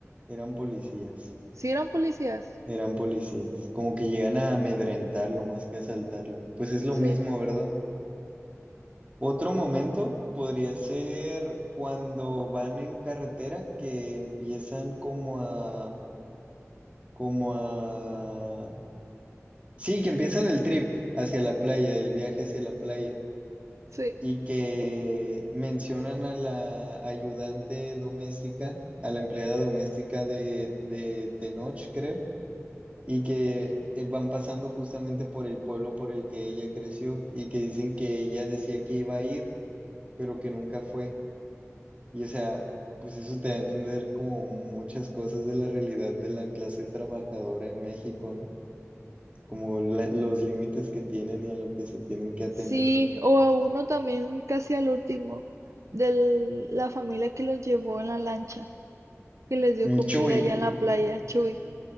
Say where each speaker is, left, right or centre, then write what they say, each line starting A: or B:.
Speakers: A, on the right; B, on the right.
A: eran policías.
B: Sí, eran policías.
A: Eran policías, como que llegan a amedrentarlo más que a asaltarlo. Pues es lo
B: Sí,
A: mismo, ¿verdad? Otro momento podría ser cuando van en carretera que empiezan como a, como a, sí, que empiezan el trip hacia la playa, el viaje hacia la playa,
B: sí.
A: y que mencionan a la ayudante doméstica, a la empleada doméstica de, de Tenoch, creo, y que eh, van pasando justamente por el pueblo por el que ella creció, y que dicen que ella decía que iba a ir, pero que nunca fue. Y o sea, pues eso te da a entender como muchas cosas de la realidad de la clase trabajadora en México, ¿no? Como la- los límites que tienen y a lo que se tienen que atener.
B: Sí, o a uno también casi al último, de la familia que los llevó en la lancha, que les dio
A: Mm,
B: comida
A: Chuy,
B: allá en la playa, Chuy.